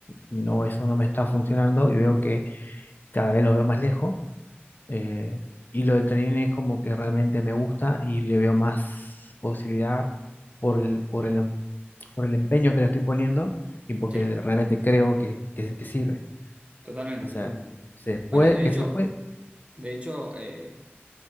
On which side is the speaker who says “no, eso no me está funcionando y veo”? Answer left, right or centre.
Left